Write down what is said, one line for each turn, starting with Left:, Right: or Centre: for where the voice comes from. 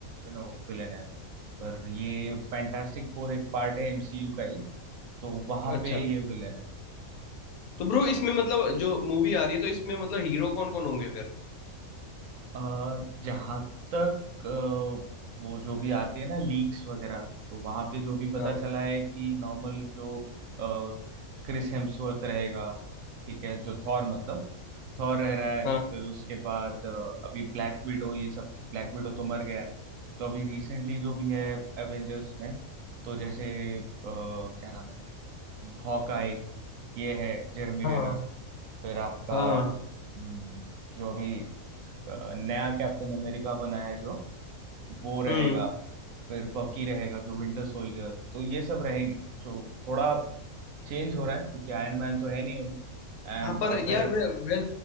Right: यू नो विलेन है। पर ये फैंटास्टिक फोर एक पार्ट है एमसीयू का ही तो वहां
Left: अच्छा
Right: पे ये विलेन है
Left: तो ब्रो इसमें मतलब जो मूवी आ रही है तो इसमें मतलब हीरो कौन कौन होंगे फिर
Right: आ, जहां तक अ, वो जो भी आती है ना लीक्स वगैरह तो वहां पे जो भी पता
Left: हाँ
Right: चला है कि नॉर्मल जो अ, क्रिस हेम्सवर्थ रहेगा ठीक है जो थॉर मतलब थॉर रह रहा है
Left: हाँ
Right: फिर उसके बाद अ, अभी ब्लैक विडो ये सब ब्लैक विडो तो मर गया है तो अभी रिसेंटली जो भी है एवेंजर्स में तो जैसे अ, क्या नाम है हॉकाई ये है जेरमी रेनर
Left: हाँ
Right: फिर आपका
Left: हाँ
Right: हम्म, जो अभी अ, नया कैप्टन अमेरिका बना है जो वो रहेगा
Left: हम्म
Right: फिर बकी रहेगा जो विंटर सोल्जर तो ये सब रहेंगे सो थोड़ा चेंज हो रहा है क्योंकि आयरन मैन तो है नहीं अभी एंड
Left: हाँ
Right: बहुत
Left: पर
Right: सारे
Left: यार वै, वै,